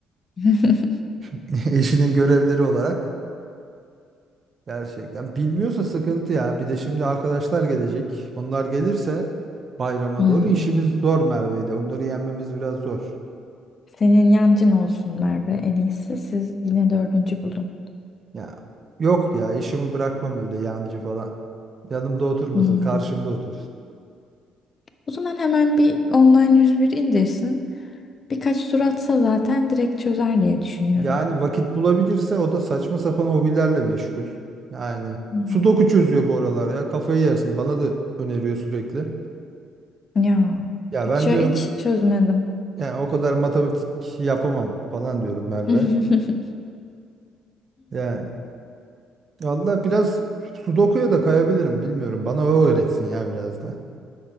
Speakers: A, on the left; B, on the right.
A: <laughs>
B: <laughs> Eşinin görevleri olarak Gerçekten. Bilmiyorsa sıkıntı ya. Bir de şimdi arkadaşlar gelecek. Onlar gelirse bayrama
A: Hmm.
B: doğru işimiz zor Merve ile. Onları yenmemiz biraz zor.
A: Senin yancın olsunlar ve en iyisi siz yine dördüncü bulun.
B: Ya yok ya işimi bırakmam öyle yancı falan. Yanımda oturmasın,
A: Hmm.
B: karşımda otursun.
A: O zaman hemen bir online 101 indirsin. Birkaç tur atsa zaten direkt çözer diye düşünüyorum.
B: Yani vakit bulabilirse o da saçma sapan hobilerle meşgul. Yani
A: Hmm.
B: sudoku çözüyor bu aralar ya. Kafayı yersin. Bana da öneriyor sürekli.
A: Ya
B: Ya
A: hiç,
B: ben
A: hiç
B: diyorum
A: çözmedim.
B: yani o kadar matematik yapamam falan diyorum Merve.
A: <laughs>
B: Yani Valla biraz Sudoku'ya da kayabilirim bilmiyorum. Bana o öğretsin ya biraz da.